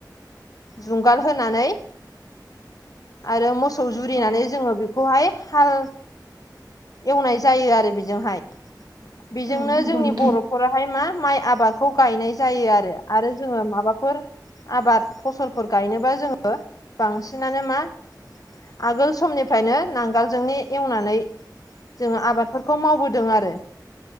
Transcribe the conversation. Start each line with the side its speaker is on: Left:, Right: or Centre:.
Left: जुंगाल होनानै आरो मोसौ जुरिनानै
Right: औ
Left: जोङो बे खौहाय हाल एवनाय जायो आरो बेजोंहाय। बेजोंनो
Right: औ नंगौ
Left: जोंनि
Right: नोंथां
Left: बर' नखरावहाय मा माइ आबादखौ गायनाय जायो आरो आरो जोङो माबाफोर। आबाद फसलफोर गायनोबा जोङो बांसिनानो मा। आगोल समनिफ्रायनो नांगोलजोंनो एवनानै। जोङो आबादफोरखौ मावबोदों आरो